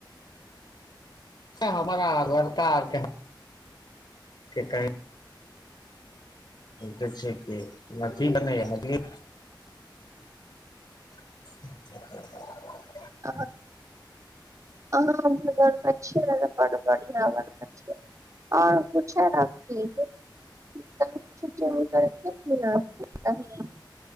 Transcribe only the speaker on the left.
हमरा लड़कार कह जे छै मछली बनै मछली <inaudible>